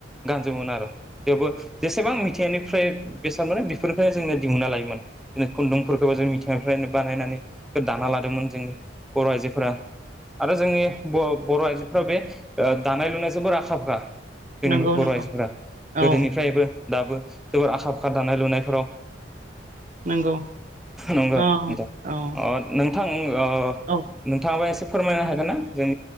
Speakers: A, in the centre; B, on the right.
A: गानजोबोन आरो जेवबो जेसेबां मिथिंनिफ्राय बेसाद मोनो बेफोरनिफ्रायनो जोंनो दिहुना लायोमोन। बिदिनो खुन्दुंफोरखौबो जों मिथिंगनिफ्रायनो बानायनानै बे दाना लादोंमोन जोंनि बर' आइजोफोरा आरो जोंनि बर' आइजोफोरा बे दानाय लुनायजोंबो आखा फाखा जोंनि
B: नंगौ
A: बर'
B: नंगौ
A: आइजोफोरा
B: औ
A: गोदोनिफ्रायबो दाबो जोबोर आखा फाखा दानाय लुनायफोराव
B: नंगौ
A: नंगौ
B: औ
A: नोंथां
B: औ
A: ओ नोंथां ओ
B: औ
A: नोंथाङाबो एसे फोरमायनो हागोन ना? जों